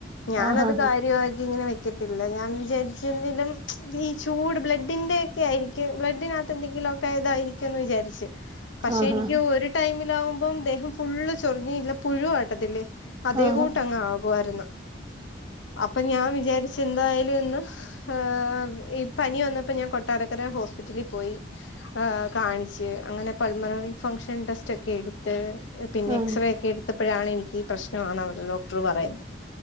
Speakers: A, on the left (about 75°); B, on the right (about 25°).
A: ഞാനത്
B: ആഹാ
A: കാര്യാക്കി ഇങ്ങെനെ വെ ക്കത്തില്ല ഞാൻ വിചാരിച്ച് എന്തേലും ഈ ചൂട് ബ്ലഡിന്റെ ക്കെ ആയിരിക്കും ബ്ലഡിനത്ത് എന്തെങ്കിലും ഒക്കെ ഇതായിരിക്കുംന്ന് വിചരിച്ച് പക്ഷെ
B: ആഹാ
A: എനിക്ക് ഒര് ടൈമിലാവുമ്പോ ദേഹം ഫുള്ള് ചൊറിഞ്ഞ്ല്ല പുഴു ആട്ടത്തില്ലേ അതേ
B: ആഹാ ആ
A: കൂട്ടങ്ങ്
B: ഹാ
A: ആകുവാരുന്നു അപ്പൊ ഞാൻ വിചാരി ച്ചെന്തായലുന്ന് ഏഹ് ഈ പനി വന്നപ്പോ ഞാൻ കൊ ട്ടാരക്കര ഹോസ്പിറ്റലി പോയി ഏഹ് കാണിച്ച് അങ്ങനെ പൾമനറി ഫംഗ്ഷൻ ടെസ്റ്റൊക്കെടുത്ത് പിന്നെ
B: ആ ഹാ
A: എക്സ്റേയൊക്കെടുത്തപ്പോഴാണെനിക്ക് ഈ പ്രശ്നാണ് അവര് ഡോ ക്ടറ് പറയ്ന്ന്